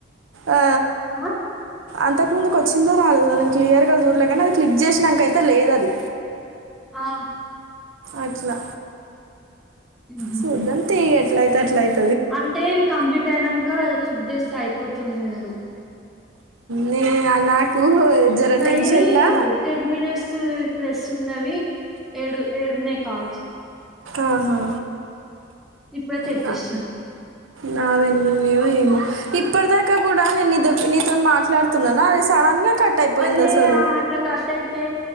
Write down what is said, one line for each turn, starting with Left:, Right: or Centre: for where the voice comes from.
Right: ఆ
Centre: ఆ
Right: అంతకు ముందుకు వచ్చిందో రాలేదో నేను క్లియర్ గా చూడలేగాని అది క్లిక్ చేసినాంకైతే లేదు అది
Centre: ఆ
Right: అట్లా
Centre: ఉహు
Right: శూద్ద్దం తీ ఎట్ల అయితే అట్ల అయితే
Centre: అంటే ఇవి కంప్లీట్ అయినాక క్లిక్ చేస్తే చేస్తే అయిపోతుండేకు నిను
Right: ని నాకు జర
Centre: న
Right: టెన్షన్లా
Centre: టెడ్ మనిట్స్ ప్లస్ ఉన్నవి ఏడు ఏడున్నాయి కాల్సు
Right: ఆహా
Centre: ఇప్పుడే తెక్
Right: నా-
Centre: చేష్టం
Right: నా వెన్నున్నాో ఏమో ఇప్పటిదాకా కూడా నేనుీ నీతో మాట్లాడుతున్నానా అది సడన్గా కట్ అయిపోయింది
Centre: అదే
Right: అసలు
Centre: అట్లా కట్ అయితే